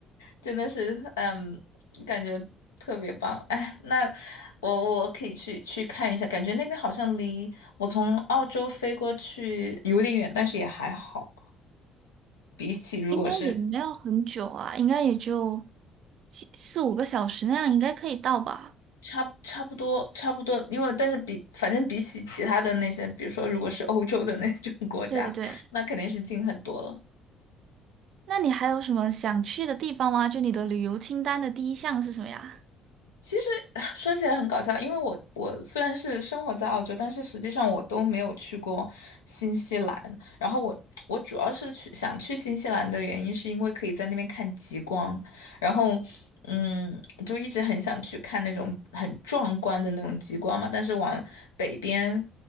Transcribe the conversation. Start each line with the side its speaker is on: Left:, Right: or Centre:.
Left: 真的是，嗯，感觉特别棒。哎，那我我可以去去看一下，感觉那边好像离我从澳洲飞过去有点远，但是也还好。比起如果是
Right: 应该也没有很久啊，应该也就四四五个小时那样，应该可以到吧？
Left: 差差不多差不多，因为但是比反正比起其他的那些，比如说如果是欧洲的那种国家，
Right: 对对，
Left: 那肯定是近很多了。
Right: 那你还有什么想去的地方吗？就你的旅游清单的第一项是什么呀？
Left: 其实 <laughs> <sighs> 说起来很搞笑，因为我我虽然是生活在澳洲，但是实际上我都没有去过新西兰。然后我我主要是去想去新西兰的原因，是因为可以在那边看极光，然后嗯，就一直很想去看那种很壮观的那种极光嘛。但是往北边